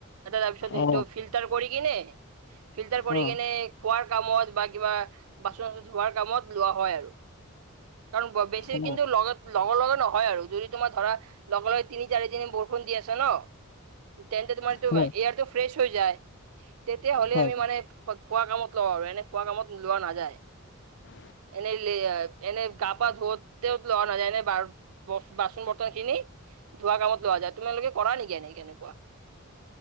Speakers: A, on the right; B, on the left.
A: তাৰপিছত
B: অ
A: সেইটো ফিল্টাৰ কৰি কিনে ফিল্টাৰ কৰি
B: অ
A: কিনে খোৱাৰ কামত বা কিবা বাচন চাচন ধোৱাৰ কামত লোৱা হয় আৰু কাৰণ বেছি
B: অ
A: কিন্তু লগ লগৰ নহয়। হয় আৰু যদি তোমাৰ ধৰা লগে তিনি চাৰি দিন বৰষুণ দি আছে ন। তেনেতে তোমাৰ এয়াৰটো
B: হয়,
A: ফ্ৰেছ হৈ যায়। তেতিয়া হ'লে
B: হয়।
A: আমি মানে খোৱা কামত লওঁ আৰু এনে খোৱা কামত লোৱা নাযায়।
B: উম
A: এনেই এনেই গা পা ধুতে লোৱা নাযায় এনে বাচন বৰ্তন খিনি ধোৱা কামত লোৱা যায় তোমালোকে কৰা নেকি এনেক কেনেকুৱা